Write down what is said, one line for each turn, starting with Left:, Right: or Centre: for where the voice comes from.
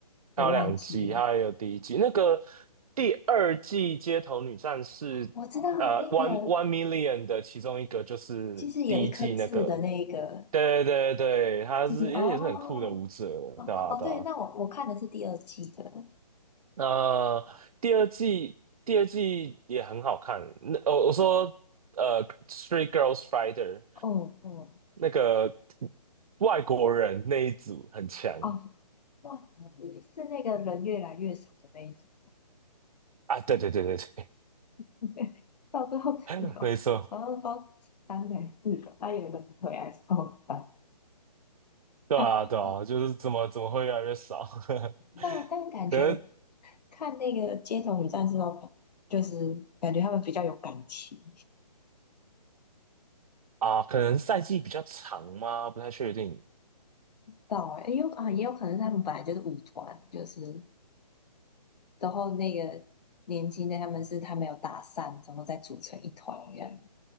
Right: 还有两季，
Left: 我忘记。
Right: 它还有第一季。那个第二季《街头女战士》
Left: 我知道那个
Right: 呃，《One One Million》的其中一个就是第一季那个，
Left: 就是有一颗痣的那个，
Right: 对对对，她是也也是很酷的舞者，
Left: 就是哦。哦哦，
Right: 对啊对啊
Left: 对，那我我看的是第二季的，
Right: 那、第二季第二季也很好看。那我我说呃，《Three Girls Fighter》
Left: 嗯嗯，
Right: 那个外国人那一组很强
Left: 哦，哇，是是那个人越来越少的那一种，
Right: 啊！对对对对
Left: <laughs> 到最后只有好像包三个还是四个，
Right: 对，<laughs> 没错，
Left: 那有一个腿还受伤。
Right: 对啊对啊，
Left: 啊，
Right: 就是怎么怎么会越来越少？<laughs>
Left: 但但感觉
Right: 可能
Left: 看那个街头女战士哦，就是感觉他们比较有感情。
Right: 啊，可能赛季比较长吗？不太确定
Left: 到哎、欸有啊，也有可能是他们本来就是舞团，就是然后那个年轻的他们是他没有打散，然后再组成一团这样。